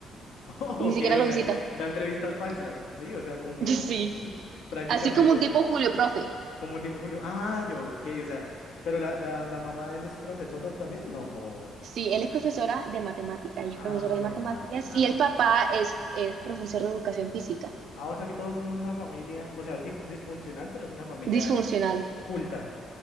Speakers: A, on the left; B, on the right.
A: <laughs> Ok,
B: ni siquiera lo
A: o sea,
B: visita.
A: da entrevistas falsas, sí, o sea, como
B: <laughs> Sí,
A: <laughs> prácticamente,
B: así como un tipo Julio Profe.
A: como un tipo Julio. Ah, yo, ok, o sea, pero la, la, la mamá de él es profesora también, ¿no? O...
B: Sí, él es profesora de matemática, ella
A: Ah,
B: es profesora de
A: de
B: matemáticas
A: matemáticas.
B: y el papá es, es profesor de educación física,
A: Ah, o sea que todos son una familia, o sea, es dif- disfuncional, pero es una familia
B: disfuncional.
A: culta,